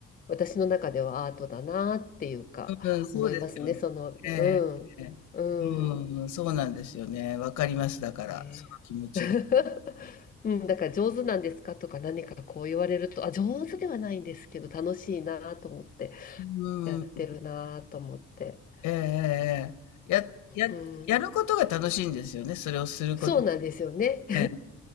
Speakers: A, on the left; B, on the left.
A: 私の中ではアートだなっていうか、
B: うん、そうですよね。
A: 思いますね。その、うん、
B: ええ、ええうん、
A: うん。
B: そうなんですよね。わかります。だから、
A: ねえ
B: その気持ちが。
A: <laughs> うん、だから上手なんですかとか何かこう言われると、あ、上手ではないんですけど楽しいなと思って、
B: う
A: やってるなと思って。
B: んええええええ。やややることが楽しいんですよね、
A: うん、
B: それをすること。
A: そうなんですよね。
B: ええ。